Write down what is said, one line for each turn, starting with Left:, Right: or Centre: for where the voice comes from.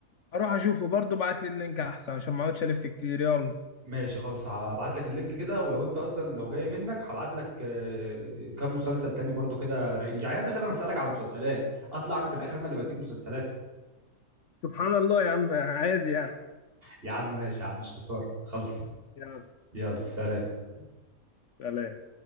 Left: اروح اشوفه برضه بعت لي اللينك احسن عشان ما اقعدش الف كتير يلا
Right: ماشي خالص هبعت لك اللينك كده ولو انت اصلا لو جاي منك هبعت لك آه كام مسلسل تاني برضو كده رايق. يعني انا داخل انا اسالك على مسلسلات اطلع انا في الاخر انا اللي بديك مسلسلات
Left: سبحان الله يا عم عادي يعني
Right: يا عم ماشي يا عم مش خساره خلص
Left: يلا
Right: يلا سلام
Left: سلام